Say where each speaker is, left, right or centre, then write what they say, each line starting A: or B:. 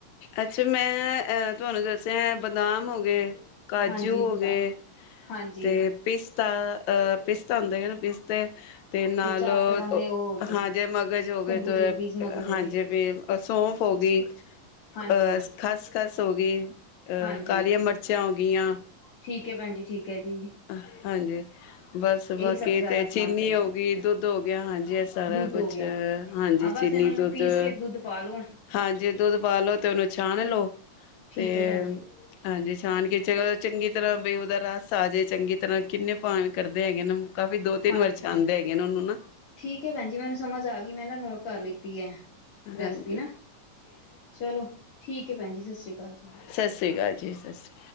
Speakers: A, on the left; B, on the left.
A: ਅੱਛਾ ਮੈਂ ਅ ਤੁਹਾਨੂੰ ਦੱਸਿਆ ਐ ਬਦਾਮ ਹੋ ਗਏ, ਕਾਜੂ
B: ਹਾਂਜੀ
A: ਹੋ
B: ਬਤਾ
A: ਗਏ
B: ਹਾਂਜੀ
A: ਤੇ, ਪਿਸਤਾ ਅਹ ਪਿਸਤਾ ਹੁੰਦਾ ਹਨ ਨਾ ਪਿਸਤੇ ਤੇ ਨਾਲਓ
B: ਚਾਰ ਤਰ੍ਹਾਂ ਦੇ
A: ਓ,
B: ਉਹ ਹੋ ਗਏ
A: ਹਾਂ ਜੇ ਮਗਜ਼ ਹੋ
B: ਖਰਬੂਜੇ
A: ਗਏ ਤੋ
B: ਦੇ ਬੀਜ ਮਗਜ਼ ਹੋ
A: ਹਾਂਜੀ
B: ਗਏ
A: ਵੀ ਸੌਂਫ ਹੋ ਗਈ,
B: ਹਾਂਜੀ
A: ਅ ਖਸਖਸ ਹੋ ਗਈ, ਅ
B: ਹਾਂਜੀ
A: ਕਾਲੀਆਂ ਮਰਚਾਂ ਹੋਗਈਆਂ,
B: ਠੀਕ ਹੈ ਭੈਣਜੀ ਠੀਕ ਹੈ ਜੀ।
A: ਹ ਹਾਂਜੀ। ਬਸ
B: ਇਹੀ
A: ਬਾਕੀ
B: ਸਭ ਸਾਰਾ
A: ਤੇ ਚੀਨੀ
B: ਸਮਾਨ ਪੈਂਦਾ
A: ਹੋ ਗਈ ਦੁੱਧ ਹੋ ਗਿਆ ਹਾਂਜੀ ਇਹ ਸਾਰਾ
B: ਦੁੱਧ
A: ਕੁਛ
B: ਹੋ ਗਿਆ
A: ਅ, ਹਾਂਜੀ
B: ਹਾਂ ਬਸ
A: ਚੀਨੀ
B: ਇਹਨਾਂ ਨੂੰ
A: ਦੁੱਧਅ
B: ਪੀਸ ਕੇ ਦੁੱਧ ਪਾ ਲੋ
A: ਹਾਂਜੀ ਦੁੱਧ ਪਾ ਲੋ ਤੇ ਉਹਨੂੰ ਛਾਣ ਲੋ
B: ਠੀਕ
A: ਤੇ
B: ਹੈ ਭੈਣ ਜੀ
A: ਹਾਂਜੀ ਛਾਣ ਕੇ ਚ ਚੰਗੀ ਤਰ੍ਹਾਂ ਬਈ ਉਹਦਾ ਰੱਸ ਆ ਜਾਏ ਚੰਗੀ ਤਰ੍ਹਾਂ ਕਿੰਨੇ ਭਾਵੇਂ ਕਰਦੇ ਹੈਗੇ ਨੇ ਕਾਫੀ ਦੋ ਤਿੰਨ
B: ਹਾਂਜੀ
A: ਵਰਸ਼ ਆਂਦੇ ਹੈਗੇ ਨੇ ਉਹਨੂੰ ਨਾ
B: ਠੀਕ ਹੈ ਭੈਣ ਜੀ ਮੈਨੂੰ ਸਮਝ ਆ ਗਈ ਮੈਂ ਨਾ ਨੋਟ ਕਰ ਲਿੱਤੀ ਹੈ ਰੈਸਪੀ
A: ਹਾਂਜੀ
B: ਨਾ ਚਲੋ ਠੀਕ ਹੈ ਭੈਣ ਜੀ ਸਤਿ ਸ੍ਰੀ ਅਕਾਲ ਜੀ।
A: ਸਤਿ ਸ਼੍ਰੀ ਅਕਾਲ ਜੀ ਸਤਿ ਸ਼੍ਰੀ ਅਕਾਲ।